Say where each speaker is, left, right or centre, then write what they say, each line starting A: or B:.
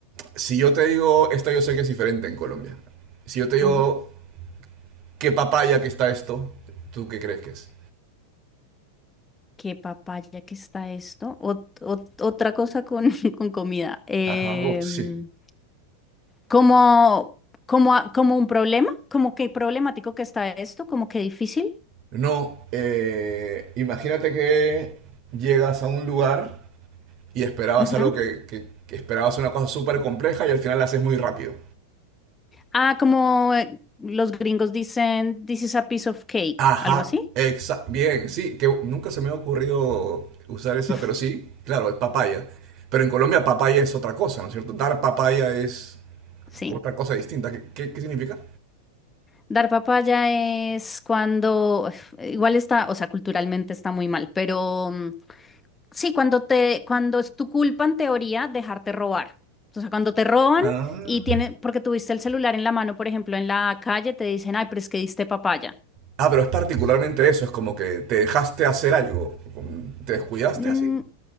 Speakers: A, on the right (about 50°); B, on the left (about 15°).
A: si yo te digo, esta yo sé que es diferente en Colombia. Si yo te digo,
B: Ujú.
A: ¿qué papaya que está esto? ¿Tú qué crees que es?
B: Qué papaya que está esto. Ot- ot- otra cosa con, <laughs> con comida. Em,
A: Ajá, uh, sí.
B: como, como, a- como un problema, como que problemático que está esto, como que difícil.
A: No, eh, imagínate que llegas a un lugar y esperabas
B: Ujú.
A: algo que, que- que esperabas una cosa súper compleja y al final la haces muy rápido.
B: Ah, como eh, los gringos dicen, this is a piece of cake,
A: Ajá,
B: algo así.
A: exa- bien, sí, que nunca se me ha ocurrido usar esa,
B: <laughs>
A: pero sí, claro, es papaya. Pero en Colombia papaya es otra cosa, ¿no es cierto? Dar papaya es
B: Sí.
A: otra cosa distinta. ¿Qué, qué- qué significa?
B: Dar papaya es cuando, igual está, o sea, culturalmente está muy mal, pero mm, sí, cuando te, cuando es tu culpa en teoría dejarte robar. O sea, cuando te roban
A: Ah.
B: y tienen, porque tuviste el celular en la mano, por ejemplo, en la calle, te dicen, ay, pero es que diste papaya.
A: Ah, pero es particularmente eso, es como que te dejaste hacer algo, como te descuidaste
B: Mm,
A: así.